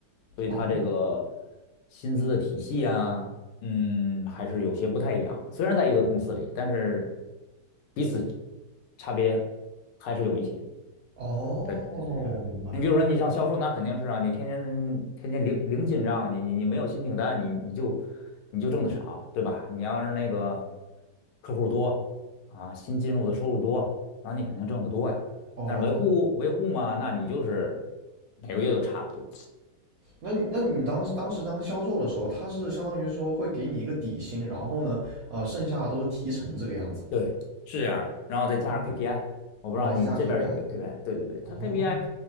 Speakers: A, on the left; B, on the right.
A: 所以它这个
B: 哦
A: 薪资的体系啊，嗯，还是有些不太一样。虽然在一个公司里，但是彼此差别还是有一些。
B: 哦，
A: 对，就是这样。
B: 我明白了，
A: 你比如说，你像销售，那肯定是啊，你天天天天零零进账，你你你没有新订单，你你就你就挣的少，对吧？你要是那个客户多啊，新进入的收入多，那你肯定挣得多呀。
B: 哦。
A: 但是维护维护嘛，那你就是每个月都差不多。
B: 那你那你当时当时当销售的时候，他是相当于说会给你一个底薪，然后呢，呃，剩下的都是提成这个样子嘛？
A: 对，是这样的。然后再加上
B: 哦，
A: KPI，我不知道你这边有没有
B: 哦，再加 KPI。
A: KPI。对对对，
B: 哦
A: 它 KPI